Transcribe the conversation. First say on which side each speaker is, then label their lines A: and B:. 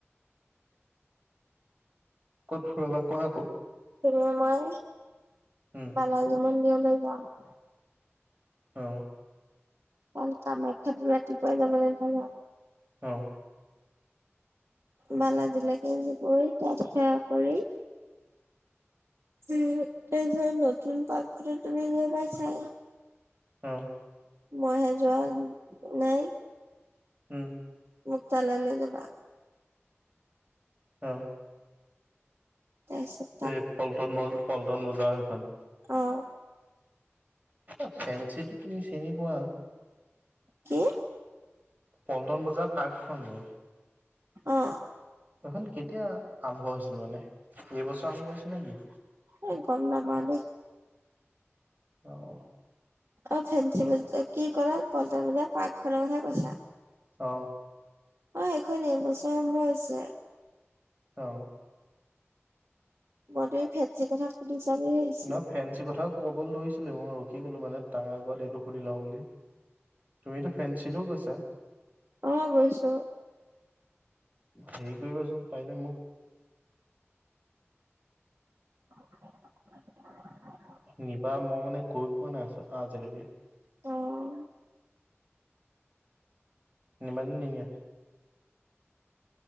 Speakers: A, on the right; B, on the right.
A: ক'ত ফুৰাবা, কোৱা আকৌ
B: এইবাৰ মই
A: উম
B: বালাজী মন্দিৰলৈ যাম।
A: অঁহ।
B: অ কামাখ্যাতো ৰাতিপুৱাই যাব লাগিবা ন।
A: অ
B: বালজিলেকে গৈ তাত সেৱা কৰি, উম এ যৰ নতুন পাৰ্ক খনত তুমি গৈ পাইছাই।
A: অহ।
B: মই হে যোৱা নাই।
A: উম।
B: মুক তালে লৈ যাবা।
A: অঁহ।
B: তাচত
A: এই পল্টন পল্টন বজাৰ সেখন।
B: অঁ।
A: এই ফেঞ্চিটো তুমি চিনি পোৱা?
B: কি?
A: পল্টন বজাৰ পাৰ্কখন যে?
B: অঁ।
A: এখন কেতিয়া আৰম্ভ হৈছিল মানে, এইবছৰ আৰম্ভ হৈছে নেকি?
B: এই গম নাপাও দেই।
A: অঁ।
B: অ ফেঞ্চি বজাৰ কি ক'লা, পলটনবজাৰ পাৰ্ক খনৰ কথা কৈছা?
A: অঁ।
B: অ এখন এবছৰ আৰম্ভ হৈছে।
A: অঁ।
B: মই তুমি ফেঞ্চি কথা শুধিছা বুলি ভাবিছিলো।
A: নহয় ফেঞ্চি কথাও ক'বল ধৰিছিলোঁ মই ৰখি গ'লো মানে তাৰ আগত এইটো সুধি লওঁ বুলি। তুমিতো ফেঞ্চিলেওঁ গৈছা।
B: অ', গৈছো।
A: হেৰি কৰিবাচোন, পাৰিলে মোক
B: <inaudible>
A: নিবা মই মানে গৈ পোৱা নাই আছ আজিলৈকে।
B: অ'।
A: নিবা নে নিনিয়া।